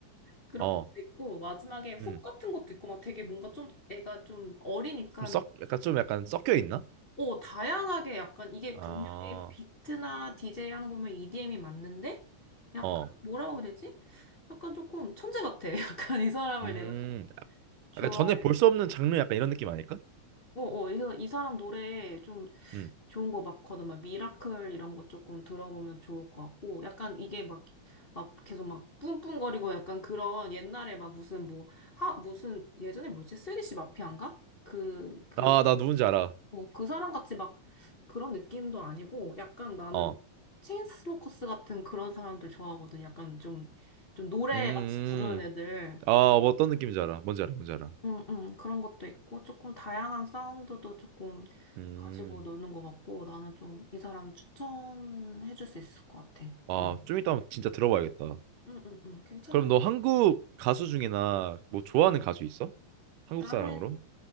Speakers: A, on the left; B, on the right.
A: 그런
B: 어,
A: 것도 있고 마지막에 훅
B: 음.
A: 같은 것도 있고 막 되게 뭔가 좀 애가 좀 어리니까
B: 좀 섞, 약간 좀 약간 섞여 있나?
A: 어, 다양하게 약간 이게
B: 아,
A: 분명히 비트나 디제이 하는 거 보면 EDM이 맞는데 약간
B: 어,
A: 뭐라고 해야 되지? 약간 조금 천재 같아. <laughs> 약간 이 사람을
B: 음.
A: 내가 좀 좋아해.
B: 약간 전에 볼 수 없는 장르 약간 이런 느낌 아닐까?
A: 어, 어, 그래서 이 사람 노래 좀
B: 음.
A: 좋은 거 많거든. 막 미라클 이런 거 조금 들어보면 좋을 것 같고 약간 이게 막, 막 계속 막 뿜뿜거리고 약간 그런 옛날에 막 무슨 뭐 하, 무슨 예전에 뭐지? 슬기씨 마피아인가? 그, 그
B: 아, 나 누군지 알아.
A: 어, 그 사람 같이 막 그런 느낌도 아니고 약간 나는
B: 어,
A: 체인스모커스 같은 그런 사람들 좋아하거든. 약간 좀, 좀 노래
B: 음, 음.
A: 같이 부르는 애들.
B: 음. 아, 뭐 어떤 느낌인지 알아. 뭔지 알아, 뭔지 알아.
A: 응, 응, 그런 것도 있고 조금 다양한 사운드도 조금
B: 음.
A: 가지고 노는 것 같고 나는 좀 이 사람 추천해 줄 수 있을 것 같아.
B: 아,
A: 응,
B: 좀 이따 한번 진짜 들어봐야겠다.
A: 응, 응, 응, 괜찮아.
B: 그럼 너 한국 가수 중이나 뭐 좋아하는
A: 응.
B: 가수 있어? 한국
A: 나는
B: 사람으로?